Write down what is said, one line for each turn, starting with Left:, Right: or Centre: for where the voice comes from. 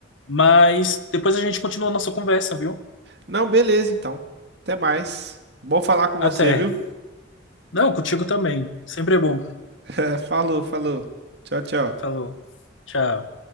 Left: mas depois a gente continua a nossa conversa, viu?
Right: Não, beleza, então. Até mais. Bom falar com
Left: Até.
Right: você, viu?
Left: Não, contigo também. Sempre é bom.
Right: É, falou, falou. Tchau, tchau.
Left: Falou. Tchau.